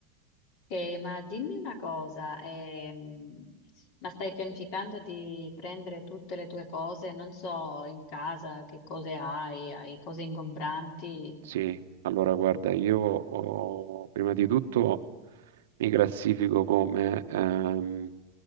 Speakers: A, on the left; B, on the right.
A: Eh, ma dimmi una cosa, ehm, ma stai pianificando di prendere tutte le tue cose? Non so, in casa che cose hai, hai cose ingombranti,
B: Sì, allora guarda, io oh, prima di tutto mi classifico come ehm,